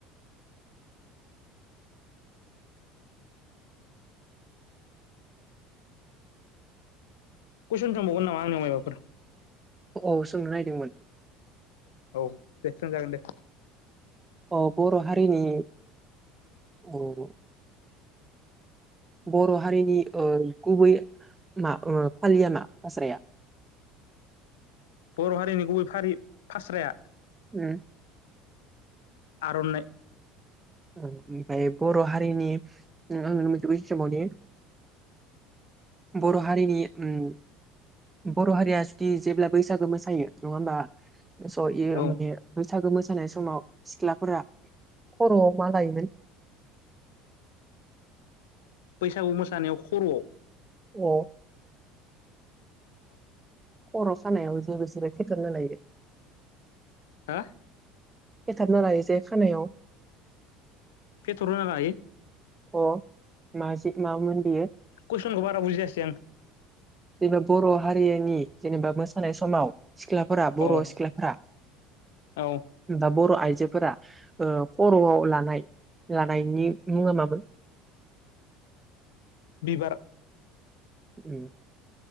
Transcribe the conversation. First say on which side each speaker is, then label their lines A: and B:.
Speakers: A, on the left; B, on the right.
A: कूइसन सोंबावगोन नामा आंनाव मायबाफोर?
B: औ सोंनो नायदोंमोन।
A: औ दे सोंजागोन दे।
B: औ बर' हारिनि औ। बर' हारिनि ओ गुबै मा ओ फालिया मा फास्राया?
A: बर' हारिनि गुबै फारि फास्राया?
B: ओम।
A: आर'नाइ।
B: ओम ओमफाय बर' हारिनि ओ आं नोंनो मोनसे कुइसन सोंबावनि। बर' हारिनि ओम बर' हारिया जुदि जेब्ला बैसागो मोसायो नङा ओमबा स' इयो
A: औ
B: माने बैसागो मोसानाय समाव सिख्लाफोरा खर'आव मा लायोमोन?
A: बैसागु मोसानायाव खर'आव
B: औ
A: लांदां
B: खर' सानायाव जे बिसोरो खेथेबना लायो
A: हा
B: खेथाबना लायो जे खानायाव
A: फेटर होनना लायो
B: अ मा ऐसे मामोन बियो
A: कुइसनखौ बारा बुजिसै आं
B: जेनेबा बर' हारिनि जेनेबा मोसानाय समाव सिख्लाफोरा
A: औ
B: बर' सिख्लाफोरा
A: औ
B: दा बर' आइजोफोरा ओ खर'आव लानाय लानायनि मुङा मामोन
A: बिबार
B: उम